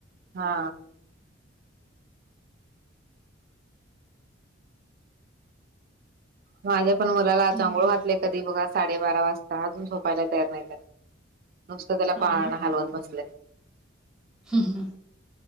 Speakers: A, on the right (about 50°); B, in the centre.
A: हा माझ्या पण मुलाला,
B: हम्म
A: आज आंघोळ घातली कधी बघा साडेबारा वाजता. अजून झोपायला तयार नाही. त्यांना नुसतं त्याला,
B: हो
A: पाळणा हलवत बसले.
B: हम्-हम्